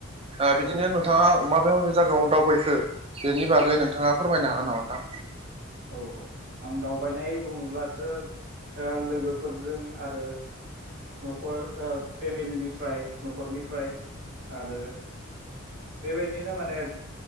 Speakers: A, on the right; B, on the right.
A: दा बिदिनो
B: औ
A: नोंथाङा मा <unintelligible> जागायाव दावबायखो बेनि बागै नोंथाङा फोरमायनो हागोन नामा नोंथां?
B: औ औ आं दावबायनाय बुङोब्लाथो लोगोफोरजों आरो न'खर फेमिलिनिफ्राय न'खरनिफ्राय आरो बेबायदिनो माने